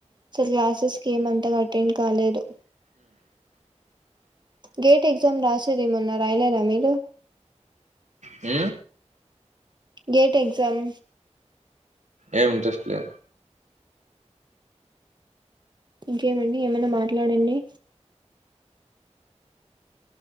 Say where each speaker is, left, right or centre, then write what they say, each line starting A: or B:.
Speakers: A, on the right; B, on the right.
A: అసలు క్లాసెస్ కి ఏమంతగా అటెండ్ కాలేదు గేట్ ఎగ్జామ్ రాసేది మొన్న రాయలేరా మీరు
B: మ్
A: గేట్ ఎగ్జామ్
B: ఏం ఇంట్రెస్ట్ లే
A: ఇంకేమండి ఏమన్న మాట్లాడండి